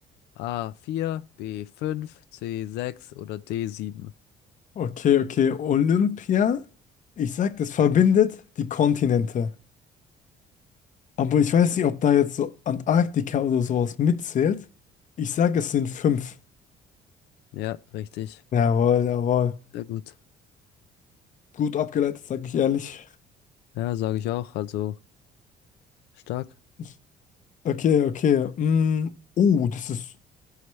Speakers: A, on the left; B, on the left.
A: a vier, b fünf, c sechs oder d sieben?
B: Okay, okay. Olympia, ich sag, das verbindet die Kontinente. Aber ich weiß nicht, ob da jetzt so Antarktika oder sowas mitzählt. Ich sag, es sind fünf.
A: Ja, richtig.
B: Jawohl, jawohl.
A: Sehr gut.
B: Gut abgeleitet, sag ich ehrlich.
A: Ja, sage ich auch. Also stark.
B: <laughs> Okay, okay. Mm, oh, das ist